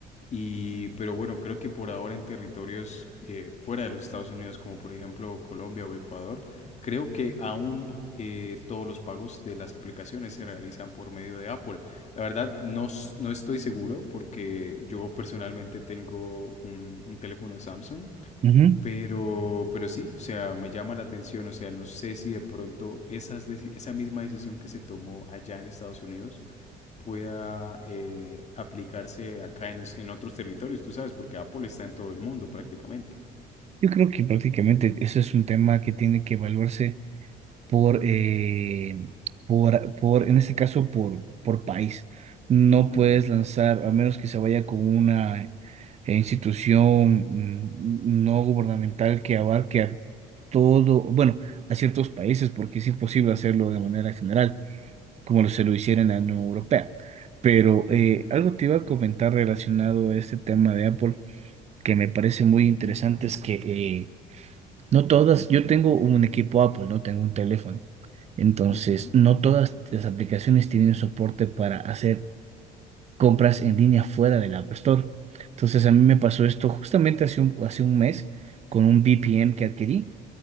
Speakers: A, on the left (about 40°); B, on the right (about 40°).
A: Y, pero bueno, creo que por ahora en territorios eh, fuera de los Estados Unidos, como por ejemplo Colombia o Ecuador, creo que aún eh, todos los pagos de las aplicaciones se realizan por medio de Apple. La verdad, no, no estoy seguro porque yo personalmente tengo un, un teléfono Samsung
B: Ujú.
A: pero, pero sí, o sea, me llama la atención, o sea, no sé si de pronto esas deci- esa misma decisión que se tomó allá en Estados Unidos pueda eh, aplicarse acá en, es- en otros territorios, tú sabes, porque Apple está en todo el mundo prácticamente.
B: Yo creo que prácticamente eso es un tema que tiene que evaluarse por, eh, por, por, en este caso, por, por país. No
A: Hmm,
B: puedes lanzar, a menos que se vaya con una eh, institución mm, mm, no gubernamental que abarque a todo, bueno, a ciertos países, porque es imposible hacerlo de manera general, como se lo hiciera en la Unión Europea. Pero
A: ujú,
B: eh, algo te iba a comentar relacionado a este tema de Apple que me parece muy interesante es que eh, no todas, yo tengo un equipo Apple, no tengo un teléfono. Entonces,
A: ujú,
B: no todas las aplicaciones tienen soporte para hacer compras en línea fuera del App Store. Entonces, a mí me
A: ujú,
B: pasó esto justamente hace un, hace un mes con un V P VPN que adquirí.